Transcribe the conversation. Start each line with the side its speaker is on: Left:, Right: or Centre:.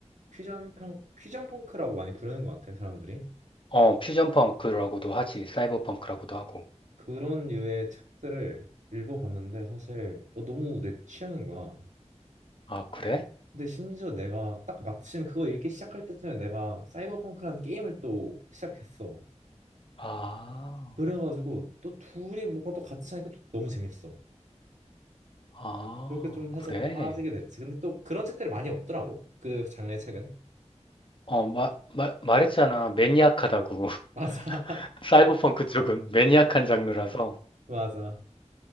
Right: 퓨전 펑 퓨전 펑크라고 많이 부르는 것 같아, 사람들이.
Left: 어, 퓨전 펑크라고도 하지. 사이버펑크라고도 하고.
Right: 그런 류의 책들을 읽어봤는데 사실 어, 너무 내 취향인 거야.
Left: 아, 그래?
Right: 근데 심지어 내가 딱 마침 그거 읽기 시작할 때쯤에 내가 사이버펑크라는 게임을 또 시작했어.
Left: 아,
Right: 그래가지고 또 둘이 뭔가 또 같이 하니까 또 너무 재밌어.
Left: 아,
Right: 그러니까 좀
Left: 그래?
Right: 해서 빠지게 됐지. 근데 또 그런 책들이 많이 없더라고. 그 장르의 책은.
Left: 어, 마, 마, 말했잖아. 매니악하다고. <laughs>
Right: 맞아.
Left: 사이버펑크 쪽은 매니악한
Right: <laughs>
Left: 장르라서
Right: 맞아.